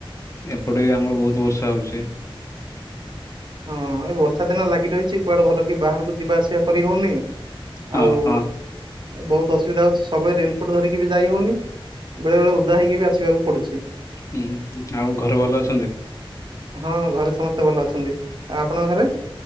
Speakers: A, on the left; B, on the right.
A: ଏପଟେ ଆମର ବହୁତ ବର୍ଷା ହଉଛି।
B: ହଁ ଏ ବର୍ଷା ଦିନ ଲାଗି ରହିଚି କୁଆଡ଼େ, ଭଲ କି ବାହାରକୁ ଯିବା, ଆସିବା କରି ହେଉନି।
A: ହଁ
B: ଆଉ
A: ହଁ
B: ବହୁତ ଅସୁବିଧା ହେଉଛି। ସବୁବେଳେ ରେନକୋଟ୍ ଧରିକି ବି ଯାଇ ହଉନି। ବେଳେ ବେଳେ ଓଦା ହେଇକି ବି ଆସିବାକୁ ପଡ଼ୁଚି।
A: ହୁଁ। ଆଉ ଘର ଭଲ ଅଛନ୍ତି?
B: ହଁ ଘରେ ସମସ୍ତେ ଭଲ ଅଛନ୍ତି। ଆପଣଙ୍କ ଘରେ?